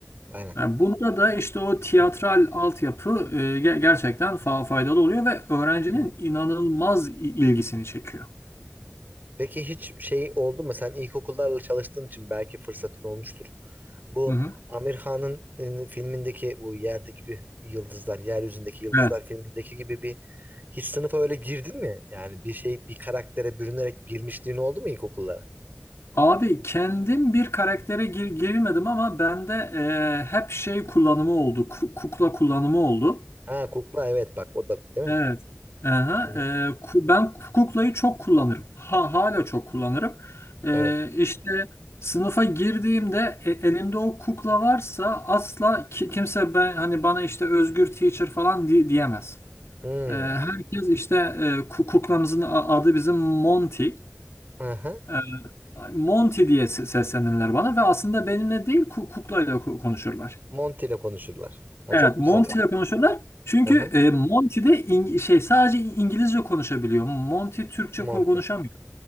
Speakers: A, on the right; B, on the left.
A: Aynen.
B: Yani bunda da işte o tiyatral
A: Hı
B: altyapı e, ge- gerçekten fa- faydalı oluyor ve öğrencinin
A: hı.
B: inanılmaz i- ilgisini çekiyor.
A: Peki hiç şey oldu mu? Sen ilkokullarla çalıştığın için belki fırsatın olmuştur. Bu
B: Hı hı.
A: Amir Khan'ın e, filmindeki bu yerdeki yıldızlar, yeryüzündeki yıldızlar
B: Evet.
A: filmindeki gibi bir hiç sınıfa öyle girdin mi? Yani bir şey bir karaktere bürünerek girmişliğin oldu mu ilkokullara?
B: Abi kendim bir karaktere gir girmedim ama bende e, hep şey kullanımı oldu. ku- Kukla kullanımı oldu.
A: Ha kukla evet bak o da değil mi?
B: Evet. Aha,
A: Hı-hı.
B: e, ku- ben kuklayı çok kullanırım. Ha, hala çok kullanırım. E,
A: Evet.
B: işte sınıfa girdiğimde e- elimde o kukla varsa asla ki- kimse ben hani bana işte özgür teacher falan di- diyemez.
A: Hmm.
B: E, herkes işte e, ku- kuklamızın a- adı bizim Monty.
A: Aha.
B: Ee, Monty diye se- seslenirler bana ve aslında benimle değil ku- kuklayla ko- konuşurlar.
A: Monty ile konuşurlar. Ha
B: Evet,
A: çok
B: Monty
A: güzel o.
B: ile konuşurlar. Çünkü
A: Aha.
B: e, Monty de İng- şey sadece İngilizce konuşabiliyor. Monty Türkçe
A: Monty.
B: ko- konuşamıyor.